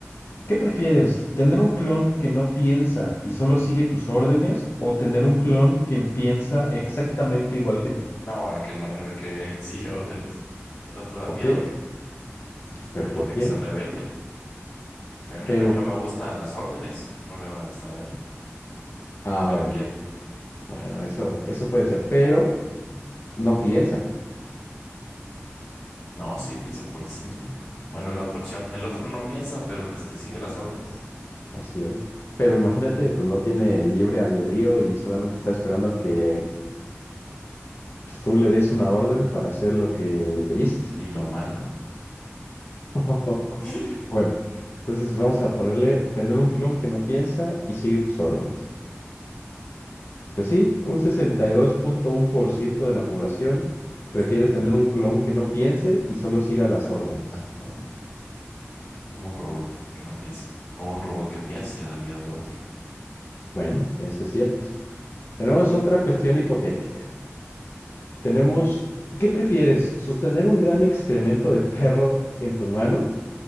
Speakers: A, on the left; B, on the left.
A: ¿Qué prefieres? ¿Tener un clon que no piensa y solo sigue tus órdenes o tener un clon que piensa exactamente igual que tú?
B: No, el que no, el que <laughs> sigue órdenes. El otro da
A: ¿Por
B: miedo.
A: qué?
B: Pues
A: ¿Pero
B: imagínate
A: por qué?
B: que se rebele. Porque a mí,
A: Pero,
B: a mí no me gustan las órdenes. No le van a gustar a él.
A: ah,
B: ¿Para qué
A: bueno,
B: lo quiero?
A: bueno, eso, eso puede ser, pero no piensa.
B: No, sí, piensa por sí mismo. Bueno, la otra opción. El otro no piensa, pero pues te sigue
A: No.
B: las órdenes.
A: Así es. Pero imagínate, pues no tiene libre albedrío y solamente está esperando a que pues, tú le des una orden para hacer lo que le pediste.
B: ¿Y lo malo?
A: <laughs>
B: <laughs>
A: Bueno, entonces vamos a ponerle tener un clon que no piensa y sigue tus órdenes. Pues sí, un sesenta y dos punto uno por ciento de la población prefiere
B: Sí.
A: tener un clon que no piense y solo siga las órdenes.
B: Ajá. Como un robot que no piensa. O un robot que piense, da miedo el otro.
A: Bueno, eso es cierto. Tenemos otra cuestión hipotética. Tenemos, ¿qué prefieres? ¿Sostener un gran excremento de perro en tu mano